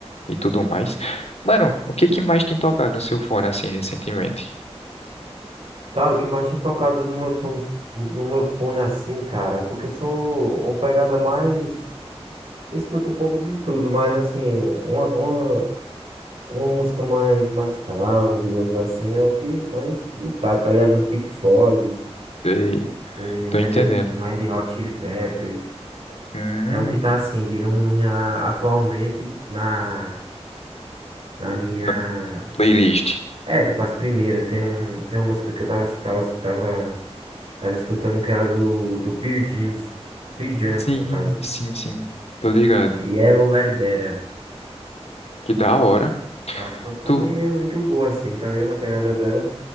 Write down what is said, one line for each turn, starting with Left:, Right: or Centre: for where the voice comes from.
Left: e tudo mais. Mano, o que que mais tem tocado no seu fone assim recentemente?
Right: Cara, o que mais tem tocado no meu fone, no meu fone assim, cara, é porque eu sou uma pegada mais. Escuto um pouco de tudo, mas assim, uma, uma, uma música mais, mais calma, digamos assim, é o que mais. E tá, tá ligado? Um Pink Floyd,
Left: Sei,
Right: um
Left: tô
Right: Red,
Left: entendendo.
Right: um Red Hot Chili Peppers.
Left: Hum,
Right: É o que tá assim, digamos, na, atualmente na, na minha.
Left: na playlist.
Right: É, tipo, as primeiras. Tem, um, tem uma música que eu tava, tava, tava Tava escutando que era do, do Pearl Jeans. Pearl Jam,
Left: Sim,
Right: no caso.
Left: sim, sim. Tô ligado.
Right: Yellow Let It Better.
Left: Que da hora.
Right: Tava escutando
Left: Tu,
Right: e é muito boa, assim, tá ligado? A pegada dela.